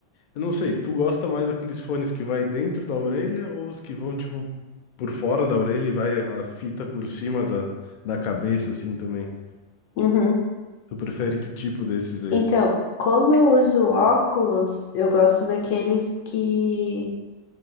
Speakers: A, on the left; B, on the left.
A: eu não sei, tu gosta mais daqueles fones que vai dentro da orelha ou os que vão, tipo, por fora da orelha e vai a fita por cima da, da cabeça, assim também?
B: uhum.
A: Tu prefere que tipo desses aí?
B: Então, como eu uso óculos, eu gosto daqueles que,